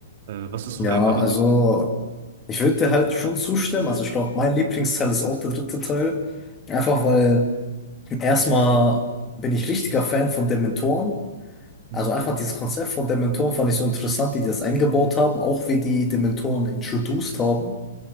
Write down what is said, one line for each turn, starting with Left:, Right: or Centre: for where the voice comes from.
Right: Äh, was ist so
Left: Ja,
Right: dein, also,
Left: also
Right: äh,
Left: ich würde dir halt schon zustimmen. Also ich glaube, mein Lieblingsteil ist auch der dritte Teil. Einfach weil erstmal bin ich richtiger Fan von Dementoren.
Right: hm,
Left: Also einfach dieses Konzept von Dementoren fand ich so interessant, wie die das eingebaut haben, auch wie die Dementoren introduced haben.